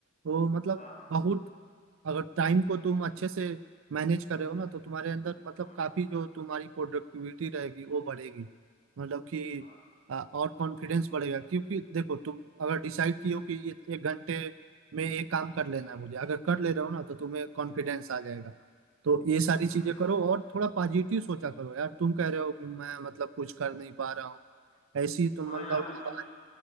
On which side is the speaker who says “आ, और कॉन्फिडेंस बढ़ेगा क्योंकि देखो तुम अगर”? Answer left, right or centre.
Right